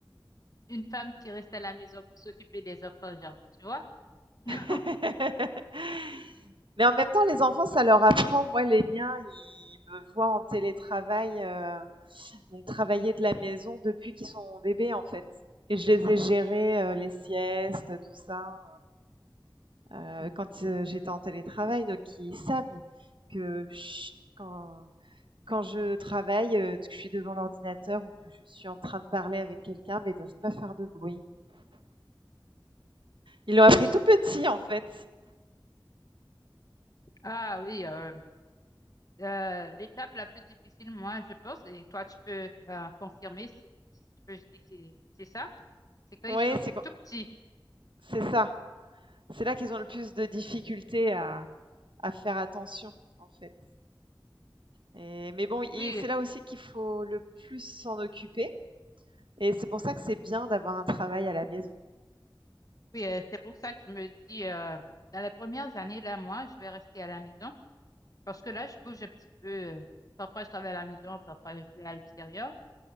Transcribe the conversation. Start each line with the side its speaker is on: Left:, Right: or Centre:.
Left: une femme qui reste à la maison pour s'occuper des enfants, genre, tu vois? <laughs>
Right: <laughs> mais en même temps les enfants ça leur apprend. Moi les miens, ils me voient en télétravail, heu Donc travailler de la maison depuis qu'ils sont bébés en fait. Et je les ai gérés, euh, les siestes, tout ça, euh, euh, quand euh, j'étais en télétravail. Donc ils savent que je- quand, quand je travaille, euh, que je suis devant l'ordinateur ou que je suis en train de parler avec quelqu'un, mais ils ne doivent pas faire de bruit. Ils l'ont appris tout petit en fait.
Left: Ah oui, euh, euh, l'étape la plus difficile, moi, je pense, et toi, tu peux euh, confirmer si, si tu peux, je dis que c'est c'est ça, c'est quand
Right: Oui,
Left: ils sont
Right: c'est quand-
Left: tout petits.
Right: c'est ça. C'est là qu'ils ont le plus de difficultés à, à faire attention en fait. Et mais bon, i
Left: Oui,
Right: c'est là aussi qu'il faut le plus s'en occuper et c'est pour ça que c'est bien d'avoir un travail à la maison.
Left: oui, euh, c'est pour ça que je me dis, euh, dans les premières années, là, moi, je vais rester à la maison parce que là, je bouge un petit peu. euh, Parfois, je travaille à la maison, parfois, je vais à l'extérieur.